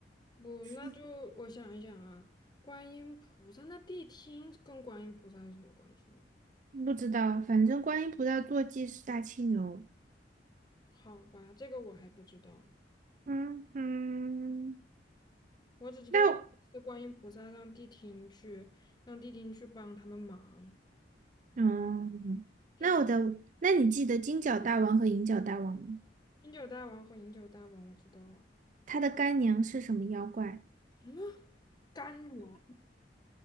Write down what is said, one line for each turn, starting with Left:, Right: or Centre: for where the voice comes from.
Left: 不，
Right: 是
Left: 那就我想一想啊，观音菩萨，那谛听跟观音菩萨有什么关系呢？
Right: 不知道，反正观音菩萨坐骑是大青牛。
Left: 好吧，这个我还不知道呢，
Right: 嗯哼，
Left: 我只记得有一次观音菩萨让谛听去，
Right: 那
Left: 让谛听去帮他们忙。
Right: 嗯，
Left: 谛听，
Right: 那我的，那你记得金角大王和银角大王吗？
Left: 饮酒大王和饮酒大王，我知道了。
Right: 他的干娘是什么妖怪？
Left: 什么干娘？